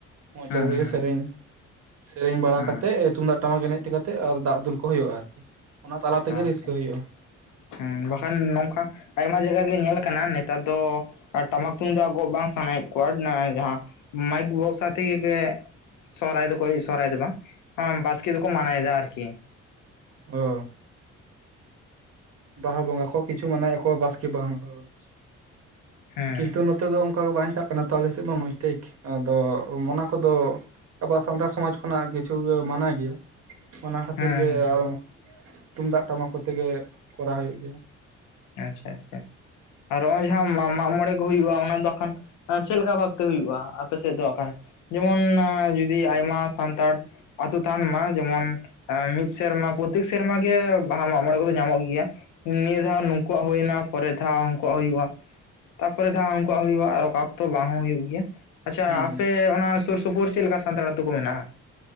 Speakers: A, on the right; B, on the left.
A: ᱢᱚᱪᱟ
B: ᱦᱮᱸ
A: ᱛᱮᱜᱮ
B: ᱦᱮᱸ
A: ᱥᱮᱨᱮᱧ᱾ ᱥᱮᱨᱮᱧ ᱵᱟᱲᱟ
B: ᱦᱮᱸ
A: ᱠᱟᱛᱮᱜ ᱛᱩᱢᱫᱟᱜ ᱴᱟᱢᱟᱠ ᱮᱱᱮᱡ ᱠᱟᱛᱮᱫ ᱫᱟᱜ ᱫᱩᱞ ᱠᱚ ᱦᱩᱭᱩᱜ-ᱟ, ᱟᱨ ᱚᱱᱟ ᱛᱟᱞᱟ ᱛᱮᱜᱮ
B: ᱟᱪᱪᱷᱟ
A: ᱨᱟᱹᱥᱠᱟᱹ ᱦᱩᱭᱩᱜᱼᱟ᱾
B: ᱦᱮᱸ ᱵᱟᱠᱷᱟᱱ ᱱᱚᱝᱠᱟ ᱟᱭᱢᱟ ᱡᱟᱭᱜᱟ ᱜᱮ ᱧᱮᱞ ᱠᱟᱱᱟ ᱱᱮᱛᱟᱨ ᱫᱚ ᱟᱨ ᱴᱟᱢᱟᱠ ᱛᱩᱢᱫᱟᱜ ᱜᱚᱜ ᱵᱟᱝ ᱥᱟᱱᱟᱭᱮᱫ ᱠᱚᱣᱟ ᱚᱱᱟ ᱡᱟᱦᱟᱸ ᱢᱟᱭᱤᱠ ᱵᱚᱠᱥᱟ ᱛᱮᱜᱮ ᱜᱮ ᱥᱚᱦᱚᱨᱟᱭ ᱫᱚ ᱠᱚ ᱥᱚᱦᱚᱨᱟᱭ ᱫᱚ ᱵᱟᱝ ᱵᱟᱥᱠᱤ ᱫᱚᱠᱚ ᱢᱟᱱᱟᱭᱮᱫᱟ ᱟᱨᱠᱤ᱾
A: ᱦᱚ ᱵᱟᱦᱟ ᱵᱚᱸᱜᱟ ᱠᱚ ᱠᱤᱪᱷᱩ ᱢᱟᱱᱟᱣ ᱮᱟᱠᱚ ᱵᱟᱥᱠᱤ ᱵᱟᱝ <unintelligible>
B: ᱦᱮᱸ
A: ᱠᱤᱱᱛᱩ ᱱᱚᱛᱮ ᱫᱚ ᱚᱠᱟ ᱠᱚ ᱵᱟᱧ ᱛᱟᱦᱮᱸ ᱠᱟᱱᱟ ᱛᱚ ᱟᱞᱮ ᱥᱮᱫ ᱢᱟ ᱢᱟᱹᱭ ᱴᱷᱤᱠ ᱟᱫᱚ ᱚᱱᱟ ᱠᱚᱫᱚ ᱟᱵᱚᱣᱟᱜ ᱥᱟᱱᱛᱟᱲ ᱥᱚᱢᱟᱡᱽ ᱠᱷᱚᱱᱟᱜ ᱠᱤᱪᱷᱩ ᱜᱤ ᱢᱟᱱᱟ ᱜᱮᱭᱟ᱾ ᱚᱱᱟ ᱠᱷᱟᱹᱛᱤᱨ
B: ᱦᱮᱸ
A: ᱜᱮ
B: ᱦᱮᱸ
A: ᱟᱨ ᱛᱩᱢᱫᱟᱜ ᱴᱟᱢᱟᱠ ᱠᱚᱛᱮᱜᱮ, ᱠᱚᱨᱟᱣ ᱦᱩᱭᱩᱜ ᱜᱮᱭᱟ᱾
B: ᱟᱪᱪᱷᱟ ᱟᱪᱪᱷᱟ, ᱟᱨ ᱱᱚᱜ-ᱚᱭ ᱡᱟᱦᱟᱸ ᱢᱟᱜ ᱢᱚᱬᱮ ᱠᱚ ᱦᱩᱭᱩᱜᱼᱟ ᱚᱱᱟ ᱫᱚ ᱪᱮᱫ ᱞᱮᱠᱟ ᱵᱷᱟᱵᱛᱮ ᱦᱩᱭᱩᱜᱼᱟ ᱟᱯᱮ ᱥᱮᱫ ᱫᱚ ᱠᱷᱟᱱ? ᱡᱮᱢᱚᱱ ᱡᱚᱫᱤ ᱟᱭᱢᱟ ᱥᱟᱱᱛᱟᱲ ᱟᱛᱳ ᱛᱷᱟᱱ ᱢᱟ ᱡᱮᱢᱚᱱ ᱢᱤᱫ ᱥᱮᱨᱢᱟ ᱯᱨᱚᱛᱮᱠ ᱥᱮᱨᱢᱟ ᱜᱮ ᱵᱟᱦᱟ ᱢᱟᱜ ᱢᱚᱬᱮ ᱠᱚᱫᱚ ᱧᱟᱢᱚᱜ ᱜᱮᱭᱟ ᱱᱤᱭᱟᱹ ᱫᱷᱟᱣ ᱱᱚ ᱠᱩ ᱣᱟᱜ ᱦᱩᱭᱱᱟ ᱯᱚᱨᱮ ᱫᱷᱟᱣ ᱦᱟᱹᱝᱠᱩᱣᱟᱜ ᱦᱩᱭᱩᱜᱼᱟ᱾ ᱛᱟᱯᱚᱨᱮ ᱫᱚ ᱷᱟᱜ ᱦᱟᱹᱝᱠᱩᱣᱟᱜ ᱦᱩᱭᱩᱜᱼᱟ ᱟᱨ ᱚᱠᱟ ᱚᱠᱛᱚ ᱵᱟᱝ ᱦᱚᱸ ᱦᱩᱭᱩᱜ ᱜᱮᱭᱟ᱾ ᱟᱪᱪᱷᱟ
A: ᱦᱩᱸ ᱦᱩᱸ
B: ᱟᱯᱮ ᱚᱱᱟ ᱥᱩᱨ ᱥᱩᱯᱩᱨ ᱪᱮᱫ ᱞᱮᱠᱟ ᱥᱟᱱᱛᱟᱲ ᱟᱹᱛᱩ ᱠᱚ ᱢᱮᱱᱟᱜᱼᱟ?